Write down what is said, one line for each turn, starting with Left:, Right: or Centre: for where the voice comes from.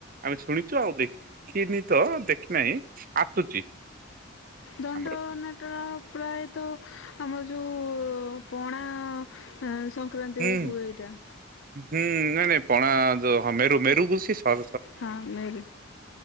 Right: ଆମେ ଶୁଣିଚୁ ଆଉ ଦେଖିନି ତ ଦେଖିନାହିଁ ଆସୁଛି।
Left: ଦଣ୍ଡ-ଅ-ଅ
Right: ଆମର।
Left: ନା ଟ ପ୍ରାୟତଃ ଆମର ଯୋଉ-ଉ-ଉ-ଉ ପଣା-ଆ-ଆ-ଆ ସକ କ୍ରାନ୍ତିରେ
Right: ହୁଁ।
Left: ହୁଏ ଏଇଟା।
Right: ହୁଁ ନାଇଁ ନାଇଁ ପଣା-ଆ-ଆ ତ ହଁ ମେରୁ ମେରୁ ଘୁସି ସ
Left: ହଁ ମେରୁ।